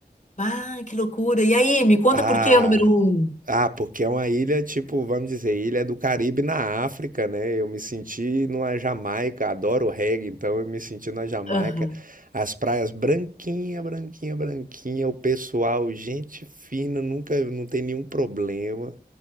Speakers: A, on the left; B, on the right.
A: Ah, que loucura. E aí, me conta
B: Ah,
A: por que é o número um?
B: ah, porque é uma ilha, tipo, vamos dizer, ilha do Caribe na África, né? Eu me senti numa Jamaica, adoro reggae, então eu me senti na Jamaica.
A: Aham,
B: As praias branquinha, branquinha, branquinha, o pessoal, gente fina, nunca, não tem nenhum problema,